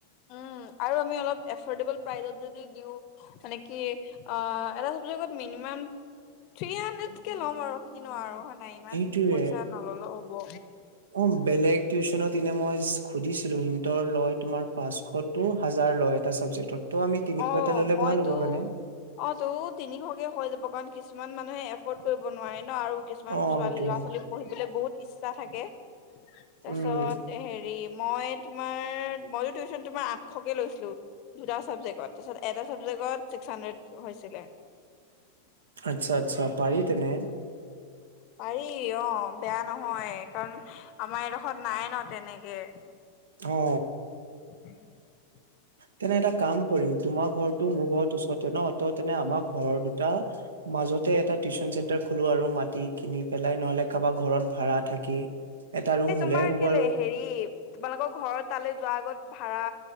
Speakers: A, on the left; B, on the right.
A: উম আৰু আমি অলপ এফৰ্ডেবল প্ৰাইচত যদি দিওঁ। মানে কি অ এটা চাবজেক্টত মিনিমাম থ্ৰী হাণ্ড্ৰেডকে ল'ম আৰু কিনো আৰু হয় নাই ইমান
B: সেইটোয়ে
A: পইচা নললেও হ'ব।
B: অ বেলেগ টিউচনত এনে মই সুধিছিলো। সিহঁতৰ লয় তোমাৰ পাঁচশ টো হাজাৰ লয় এটা চাবজেক্টত। ত' আমি তিনিশ
A: অ
B: এটা ললে
A: মইতো
B: ভাল হ'ব মানে।
A: অ তো তিনিশকে হৈ যাব কাৰণ কিছুমান মানুহে এফ কৰিব নোৱাৰে ন আৰু কিছুমান
B: অ
A: ছোৱালী
B: সেইটোয়ে
A: ল'ৰা ছোৱালী পঢ়িবলে বহুত ইচ্ছা থাকে। তাছত।
B: উম
A: হেৰি মই তোমাৰ মইতো টিউশচন তোমাৰ আঠশকে লৈছিলো, দুটা ছাবজেক্ট। তাছত এটা চাবজেক্টত ছিক্স হান্দ্ৰেদ হৈছিলে।
B: আচ্ছা আচ্ছা, পাৰি তেনে?
A: পাৰি অ বেয়া নহয় কাৰণ আমাৰ এডোখৰত নাই ন তেনেকে।
B: অঁ।
A: <inaudible>
B: তেনে এটা কাম কৰিম। তোমাৰ ঘৰটো মোৰ ঘৰত ওচৰতে ন। ত' তেনে আমাৰ ঘৰৰ দুটা মাজতে এটা টিউচন চেন্টাৰ খোলো আৰু মাটি কিনি পেলাই, নহলে কাবা ঘৰত ভাড়া থাকি। এটা ৰুম
A: এ তোমাৰ
B: হলে হ'ব
A: কেলে
B: আৰু
A: হেৰি তোমালোকৰ ঘৰত তালে যোৱা আগত ভাড়া